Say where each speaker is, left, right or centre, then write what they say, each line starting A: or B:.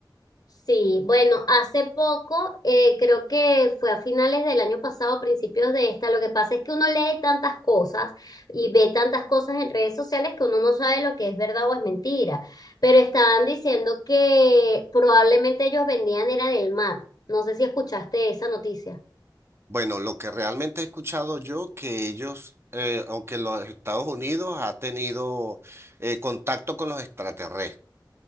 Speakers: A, on the left; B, on the right.
A: Sí, bueno, hace poco, eh, creo que fue a finales del año pasado, principios de esta, lo que pasa es que uno lee tantas cosas y ve tantas cosas en redes sociales que uno no sabe lo que es verdad o es mentira, pero estaban diciendo que probablemente ellos vendían era del mar. No sé si escuchaste esa noticia.
B: Bueno, lo que realmente he escuchado yo, que ellos, eh, o que los Estados Unidos ha tenido eh, contacto con los extraterrestres.